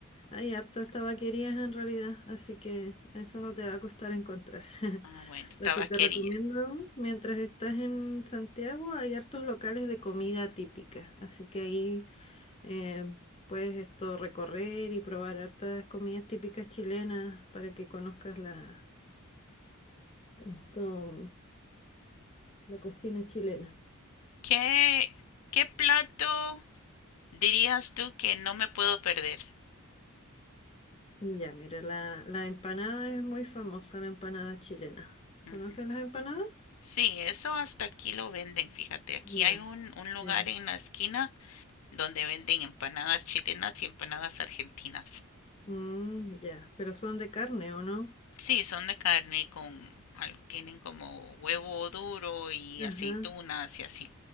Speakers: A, on the left (about 25°); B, on the left (about 75°).
A: Hay hartas tabaquerías en realidad, así que eso no te va a costar encontrar. <laughs>
B: Ah, bueno,
A: Lo
B: tabaquería.
A: que te recomiendo, mientras estás en Santiago, hay hartos locales de comida típica, así que ahí eh, puedes esto recorrer y probar hartas comidas típicas chilenas para que conozcas la, esto, la cocina chilena.
B: ¿Qué, qué plato? Dirías tú que no me puedo perder.
A: Ya, mira, la, la empanada es muy famosa, la empanada chilena. ¿Conoces
B: Ujú.
A: las empanadas?
B: Sí, eso hasta aquí lo venden, fíjate. Aquí
A: Ya.
B: hay un, un lugar
A: Sí.
B: en la esquina donde venden empanadas chilenas y empanadas argentinas.
A: Mm, ya, pero son de carne, ¿o no?
B: Sí, son de carne y con, al- tienen como huevo duro y
A: Ajá.
B: aceitunas y así.